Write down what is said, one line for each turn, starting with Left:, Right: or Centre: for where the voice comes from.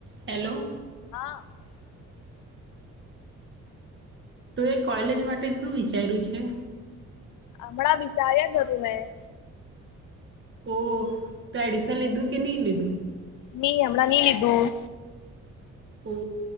Right: Hello.
Left: <inaudible>
Right: તું, એ college માટે શું વિચાર્યું છે.
Left: હમણાં વિચાર્યા નથી. મે <inaudible>
Right: ઓ, તો, એડમિશન લીધું કે નહી, લીધું.
Left: નઈ હમણાં નઈ લીધું.
Right: હ